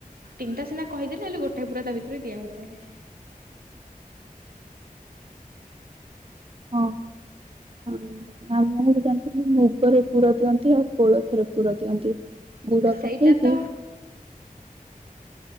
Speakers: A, on the right (about 80°); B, on the right (about 40°).
A: ତିନଟା ସିନା କହିଦେଲି ହେଲେ ଗୋଟାଏ ପୁର ତାଭିତରେ ଦିଆ ହେଇଥାଏ।
B: ହଁ। ହଁ ଆଉ ମୁଁବି ଜାଣିଥିଲି ମୁଗରେ ପୁର ଦିଅନ୍ତି ଆଉ କୋଳଥରେ ପୁର ଦିଅନ୍ତି। ଗୁଡ଼
A: ସେଇଟା
B: ପକେଇକି
A: ତ